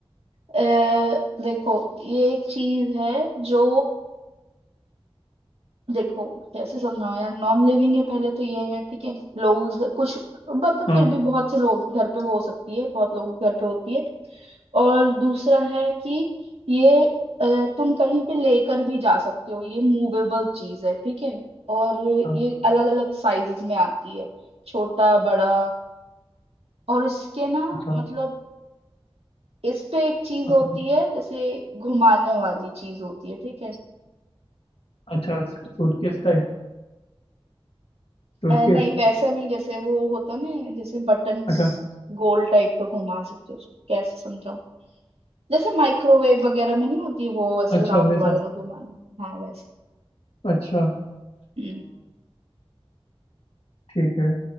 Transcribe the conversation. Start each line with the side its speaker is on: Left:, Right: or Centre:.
Right: अ, देखो ये एक चीज है जो देखो कैसे समझाओ यार नॉन लिविंग है पहले तो ये है ठीक है लोग कुछ मतलब
Left: हाँ
Right: फिर भी बहुत से लोग घर पे हो सकती है बहुत लोग घर पे होती है और दूसरा है कि ये अ, तुम कहीं पे लेकर भी जा सकते हो ये मूवेबल चीज है ठीक है और
Left: हाँ
Right: ये अलग अलग साइजेस में आती है छोटा बड़ा और इसके ना
Left: अच्छा
Right: मतलब इस पे एक चीज
Left: अम,
Right: होती है जैसे घुमाने वाली चीज होती है ठीक है
Left: अच्छा सूटकेस टाइप सूटकेस
Right: अ, नहीं वैसा नहीं जैसे वो होता ना जैसे बटन्स
Left: अच्छा
Right: गोल टाइप का घुमा सकते हो उसको कैसे समझाऊं जैसे माइक्रोवेव वगैरह में नहीं होती वो वैसे
Left: अच्छा
Right: राउंड
Left: वैसा
Right: वाला घुमाने का हाँ वैसे
Left: अच्छा
Right: हम्म
Left: ठीक है